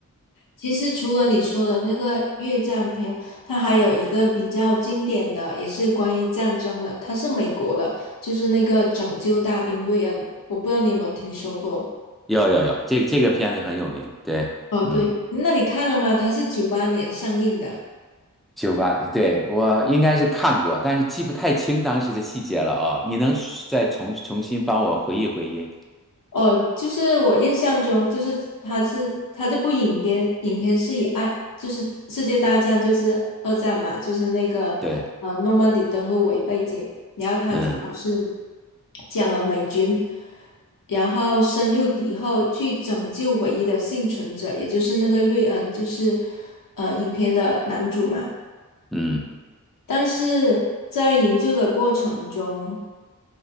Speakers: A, on the left; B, in the centre.
A: 其实除了你说的那个越战片，它还有一个比较经典的，也是关于战争的，它是美国的，就是那个《拯救大兵瑞恩》，我不知道你有没有听说过？
B: 要要要，这个这个片子很有名，对，
A: 哦，对，
B: 嗯。
A: 那你看了吗？它是九八年上映的。
B: 九八年对，我应该是看过，但是记不太清当时的细节了啊、你能再重重新帮我回忆回忆？
A: 哦，就是我印象中，就是他是他这部影片，影片是以爱，就是世界大战，就是二战嘛，就是那个呃诺曼底登陆为背景，
B: 对，
A: 然后他主要是
B: 嗯
A: 讲了美军，然后深入敌后去拯救唯一的幸存者，也就是那个瑞恩，就是呃影片的男主嘛。
B: 嗯，
A: 但是在营救的过程中，